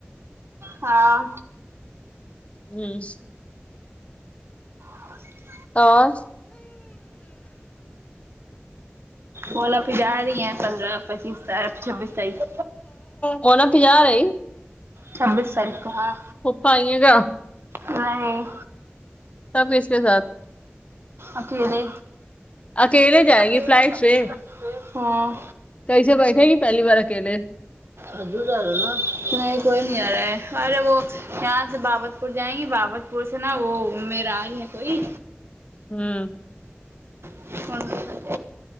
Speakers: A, on the right; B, on the left.
A: ہاں
B: امم
A: <inaudible>
B: اور
A: اور آپ جا رہی ہیں پندرہ پچیس تا چھبیس تاریخ
B: مونا پجا رہی
A: چھبیس تاریخ کو ہاں
B: پپا آیے گا
A: نہیں
B: تب اس کے ساتھ
A: اکیلے
B: اکیلے جائیں
A: اکیلے
B: گی فلائٹ
A: جا
B: سے
A: ہاں
B: کیسے بیٹھے گی پہلی بار اکیلے
A: نہیں کوئی نہیں آ رہا ہے ارے وہ یہاں سے باگت پور جائیں گی باگت پور سے نا وہ میر را ائے ہے تو ہی
B: ہوں
A: <unintelligible>